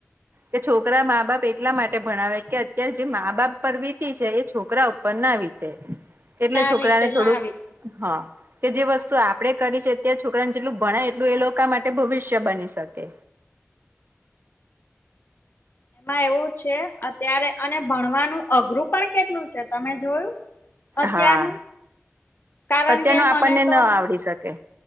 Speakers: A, on the right; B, on the left.
A: કે છોકરા મા બાપ એટલા માટે ભણાવે કે અત્યારે જે મા બાપ પરવીતિ છે એ છોકરા ઉપર ના વીતે એટલે
B: ના આવી
A: છોકરા
B: રીતે
A: ને થોડુંક
B: ના આવી રીતે.
A: હા. કે જે વસ્તુ આપડે કરી છે અત્યારે છોકરાને જેટલું ભણાય એટલું એ લોકો માટે ભવિષ્ય બની શકે.
B: એમાં એવું છે અત્યારે અને ભણવાનું અઘરું પણ કેટલું છે તમે જોયું અત્યારનું
A: હા
B: કારણ
A: અત્યારનું
B: કે
A: આપણને
B: મને તો
A: ન આવડી શકે